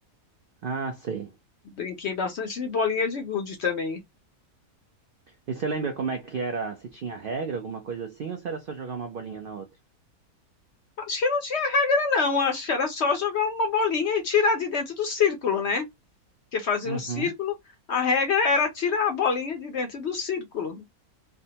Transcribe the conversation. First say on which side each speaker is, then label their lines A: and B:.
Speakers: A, on the right; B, on the left.
A: Ah, sei.
B: Brinquei bastante de bolinha de gude também.
A: E você lembra como é que era? Se tinha regra, alguma coisa assim, ou se era só jogar uma bolinha na outra?
B: Acho que eu não Não, acho que era só jogar uma bolinha e tirar de dentro do círculo, né? Porque fazia
A: Uhum.
B: um círculo, a regra era tirar a bolinha de dentro do círculo,